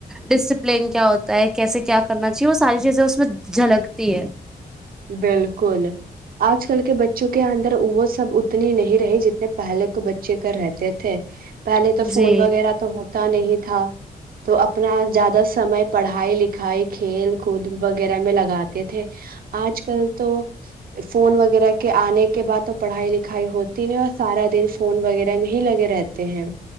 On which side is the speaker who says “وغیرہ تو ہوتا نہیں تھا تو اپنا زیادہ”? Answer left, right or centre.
Right